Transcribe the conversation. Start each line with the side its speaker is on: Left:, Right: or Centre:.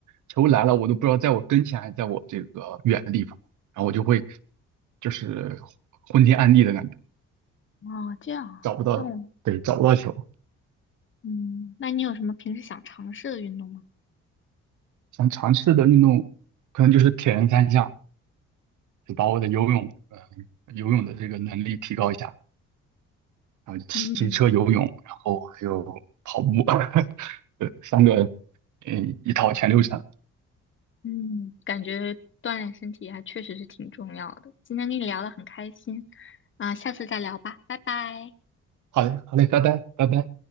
Right: 球来了我都不知道在我跟前还是在我这个远的地方，然后我就会就是昏天暗地的感觉，
Left: 啊，这样啊，
Right: 找不到，
Left: 那我
Right: 对，找不到球。
Left: 嗯，那你有什么平时想尝试的运动吗？
Right: 想尝试的运动，可能就是铁人三项，就把我的游泳，嗯、游泳的这个能力提高一下，然后骑车、
Left: 嗯。
Right: 游泳，然后还有跑步，<laughs> 对，三个，嗯，一套全流程。
Left: 嗯，感觉锻炼身体还确实是挺重要的。今天跟你聊得很开心，啊，下次再聊吧，拜拜。
Right: 好嘞，好嘞，拜拜，拜拜。